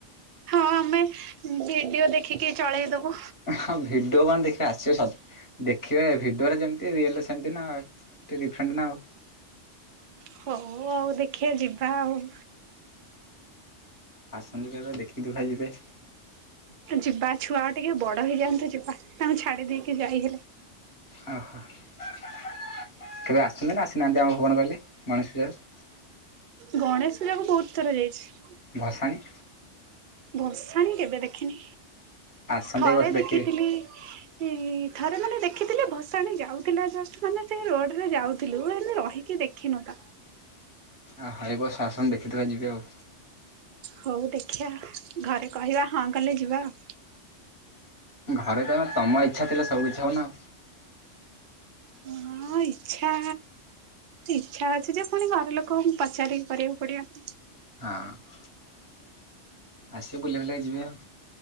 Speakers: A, on the right; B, on the left.
A: ହଁ ଆମେ ଭିଡିଓ ଦେଖିକି ଚଳେଇଦବୁ।
B: ହ ଭିଡିଓ କଣ ଦେଖିଲେ ଆସିବ ସତ୍ ଦେଖିବେ ଭିଡ଼ିଓରେ ଯେମିତି ରିଏଲରେ ସେମିତି ନା ଟିକେ ଡିଫରେଣ୍ଟ ନା ଆଉ।
A: ହଉ ଆଉ ଦେଖିବା ଯିବା ଆଉ।
B: ଆସନ୍ତୁ କେବେ ଦେଖି ଦୁଖା ଯିବେ?
A: ଯିବା ଛୁଆ ଆଉ ଟିକେ ବଡ ହେଇଯାଆନ୍ତୁ ଯିବା ତାଙ୍କୁ ଛାଡି ଦେଇକି ଯାଇ ହେଲେ।
B: ଓହୋ କେବେ ଆସିଛ ନା ଆସିନାହାନ୍ତି ଆମ ଭୁବନକୁ କହିଲେ ଗଣେଷ ପୂଜାକୁ?
A: ଗଣେଶ ପୂଜା କୁ ବହୁତ ଥର ଯାଇଛି।
B: ଭଷାଣି?
A: ଭସାଣି କେବେ ଦେଖିନି
B: ଆସନ୍ତେ
A: ଥରେ
B: ଏଇ ବର୍ଷ
A: ଦେଖିଥିଲି
B: ଦେଖିବେ
A: ଚି ଥରେ ମାନେ ଦେଖିଥିଲେ ଭସାଣି ଯାଉଥିଲା ଜଷ୍ଟ ମାନେ ସେ ରୋଡ଼ରେ ଯାଉଥିଲୁ ହେଲେ ରହି କି ଦେଖିନୁ ତ
B: ଆହା ଏବର୍ଷ ଆସନ୍ତୁ ଦେଖିଥିବା ଯିବେ ଆଉ।
A: ହଉ ଦେଖିବା ଘରେ କହିବା ହଁ କଲେ ଯିବା ଆଉ।
B: ଘରେ କହିବ ତମ ଇଚ୍ଛା ଥିଲେ ସବୁ କିଛି ହବ ନା।
A: ହଁ ଇଚ୍ଛା ଇଚ୍ଛା ଅଛି ଯେ ପୁଣି ଘର ଲୋକଙ୍କୁ ପଚାରିକି କରିବାକୁ ପଡ଼ିବ ନା
B: ହଁ। ଆସିବେ ବୁଲିବାୁଲା କି ଯିବେ ଆଉ।